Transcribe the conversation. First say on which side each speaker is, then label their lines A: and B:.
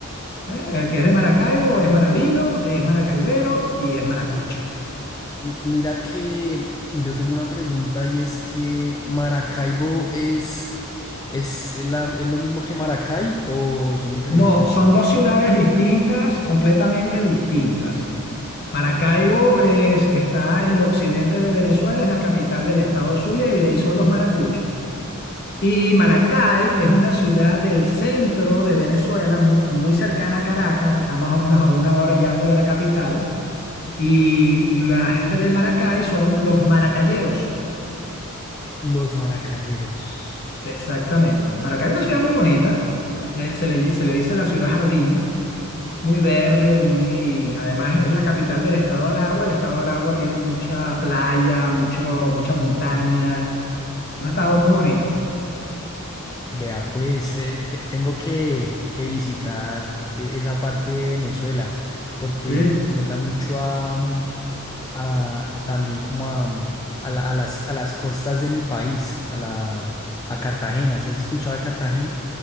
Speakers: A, on the left; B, on the left.
A: ¿Eh? El que es de Maracaibo es Maravino, es Maracaibero y es Maracucho.
B: M- Mira que yo tengo una pregunta y es que Maracaibo es, es, la- es lo mismo que Maracay o son diferentes
A: No,
B: ciudades?
A: son dos ciudades distintas, completamente distintas. Maracaibo es, está en el occidente de Venezuela, es la capital del estado Zulia y de ahí son los Maracuchos. Y Maracay es una ciudad del centro de Venezuela, mu- muy, cercana a Caracas, está más o menos a una hora y algo de la capital. Y la gente de Maracay son los maracayeros,
B: Los maracayeros.
A: Sí, exactamente. Maracay es una ciudad muy bonita, le- se le, se le dice la ciudad jardín, muy verde, muy... Además es la capital del estado de Aragua, el estado de Aragua tiene mucha playa, mucho, mucha montaña, un estado muy bonito.
B: Vea, pues eh, te- tengo que, que visitar e- esa parte de Venezuela porque
A: Sí.
B: me recuerda mucho a, mm, a- también como a, mm, a la- a las, a las costas de mi país, a la, a Cartagena. ¿Sí has escuchado de Cartagena?